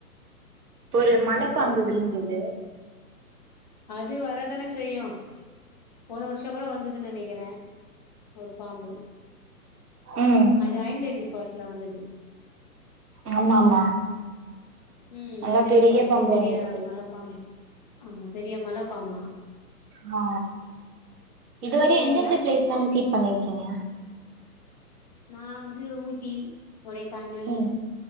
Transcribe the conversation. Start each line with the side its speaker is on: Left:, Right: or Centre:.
Right: ஒரு மலப்பாம்பு விழுந்தது
Left: அது வரதானே செய்யு போன வருஷ கூட வந்தது நெனைக்கிறே ஒரு பாம்பு
Right: ம்
Left: அது ஐந்தேறி ஃபால்ஸ்ல வந்தது
Right: ஆமா ஆமா
Left: ம்
Right: நல்லா
Left: ஐந்தேரி
Right: பெரிய
Left: ஃபால்ஸ்ல
Right: பாம்பு
Left: பெரிய
Right: வந்திருக்கு
Left: மல பாம்பு ஆமா பெரிய மல பாம்பா
Right: ஆ இதுவரி
Left: போவீங்களா
Right: எந்தெந்த பிளேஸ்ல்லா விசிட் பண்ணிருகீங்க
Left: நா வந்து ஊட்டி கொடைக்கானல்
Right: ம்